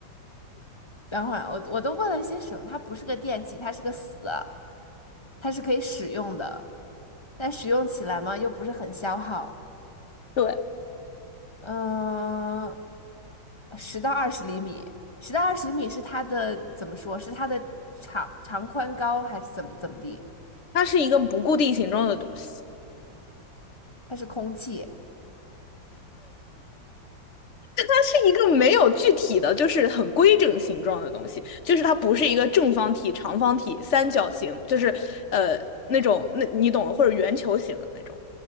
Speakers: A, on the left; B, on the left.
A: <laughs> 等会儿我我都问了一些什么？它不是个电器，它是个死的它是可以使用的，但使用起来嘛又不是很消耗。
B: 对，
A: 嗯、十到二十厘米，十到二十厘米是它的怎么说？是它的长长宽高还是怎么怎么地？
B: 它是一个不固定形状的东西。
A: 它是空气，
B: 它是一个没有具体的，就是很规整形状的东西，就是它不是一个正方体、长方体、三角形，就是呃那种那你懂的，或者圆球形的那种，